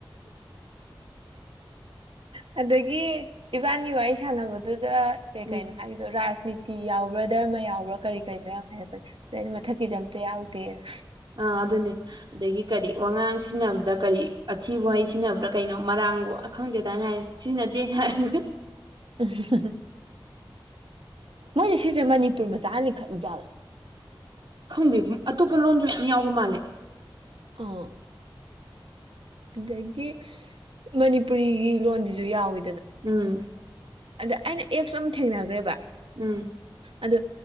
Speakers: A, on the right; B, on the right.
A: ꯑꯗꯒꯤ ꯏꯕꯥꯅꯤ ꯋꯥꯔꯤ ꯁꯥꯟꯅꯕꯗꯨ ꯀ ꯀꯩ
B: ꯎꯝ
A: ꯀꯩꯅꯣ ꯍꯥꯏꯗꯣ ꯔꯥꯏꯁ ꯅꯤꯇꯤ ꯌꯥꯎꯕ꯭ꯔꯥ ꯙꯔꯃ ꯌꯥꯎꯕ꯭ꯔꯥ ꯀꯔꯤ ꯀꯔꯤꯅꯣ ꯌꯥꯝ ꯍꯥꯏꯔꯛ ꯀꯩꯅꯣ ꯃꯊꯛꯀꯤꯁꯦ ꯑꯝꯇ ꯌꯥꯎꯗꯦ ꯄꯦꯔ
B: ꯑ ꯑꯗꯨꯅꯦ ꯑꯗꯒꯤ ꯀꯔꯤ ꯋꯥꯉꯥꯡ ꯁꯤꯖꯤꯟꯅꯕꯗꯥ ꯀꯔꯤ ꯑꯊꯤꯕ ꯋꯥꯍꯩ ꯁꯤꯖꯤꯟꯅꯕ꯭ꯔꯥ ꯀꯩꯅꯣ ꯃꯔꯥꯡꯕꯣ ꯈꯪꯗꯦꯗꯥꯏꯅ ꯍꯥꯏ ꯁꯤꯖꯤꯟꯅꯗꯦ ꯍꯥꯏꯔꯝꯕꯅꯦ
A: <unintelligible> ꯃꯣꯏꯁꯦ ꯁꯤꯁꯦ ꯃꯅꯤꯄꯨꯔ ꯃꯆꯥ ꯅ ꯂꯤꯡꯈꯠꯂꯤ ꯖꯥꯠꯂꯣ
B: ꯈꯪꯗꯦ ꯑꯇꯣꯞꯄ ꯂꯣꯟꯁꯨ ꯌꯥꯝ ꯌꯥꯎꯕ ꯃꯥꯜꯂꯦ
A: ꯑꯥ ꯑꯗꯒꯤ ꯃꯅꯤꯄꯨꯔꯤꯒꯤ ꯂꯣꯟꯁꯤꯁꯨ ꯌꯥꯎꯋꯤ
B: ꯎꯝ
A: ꯑꯗ ꯑꯩꯅ ꯑꯦꯞꯁ ꯑꯃ ꯊꯦꯡꯅꯈ꯭ꯔꯦꯕ
B: ꯎꯝ
A: ꯑꯗꯣ